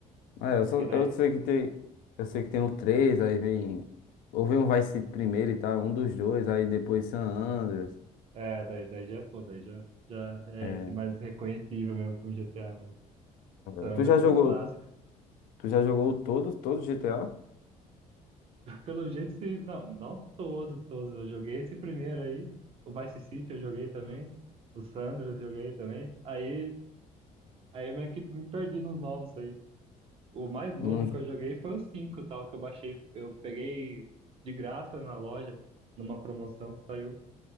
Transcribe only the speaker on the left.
É, eu, só,
eu sei que tem, eu sei que tem o 3, aí vem, ou vem um Vice City primeiro e tal, um dos dois, aí depois San Andreas.
é,
É, Tu
já jogou,
tu já jogou todo, todo GTA?
Não-